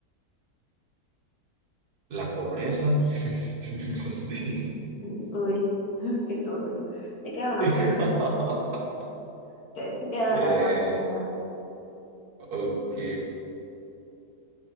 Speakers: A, on the right; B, on the left.
A: la pobreza, <laughs> no sé.
B: <laughs> Uy, uy, qué turbio. Te queda una
A: <laughs>
B: oportunidad. Te, te queda
A: Eh,
B: una oportunidad.
A: ok.